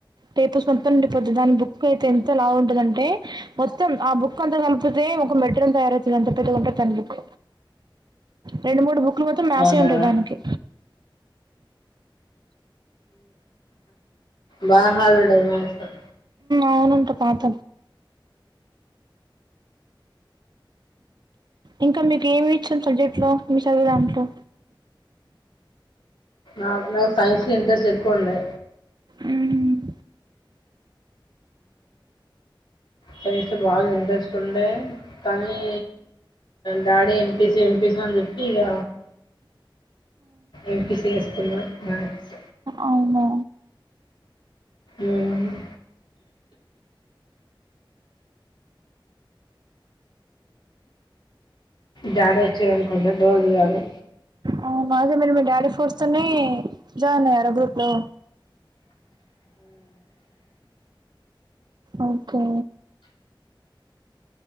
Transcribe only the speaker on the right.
టేపర్స్ మొత్తం నిండిపోతు దాని బుక్ అయితే ఎంత లా ఉంటందింటే మొత్తం ఆ బుక్ అంత కలిపితే ఒక మెటీరిల్ తయతుంది అ పెద్దగాందిా బు రండు మ కుపోతే మ్యాసే
ఉంటది దానికి
అవునుంట పాత ఇంకా మీకు ఏమి ఇచ్చిన సబ్జెక్ట్ లో మీ చదువే దాంట్లో
ఉమ్
అవునా
ఆ ఐతే మరి మీ డాడీ ఫోర్స్తోనే జా నాయర గ్రూప్ లో ఓకే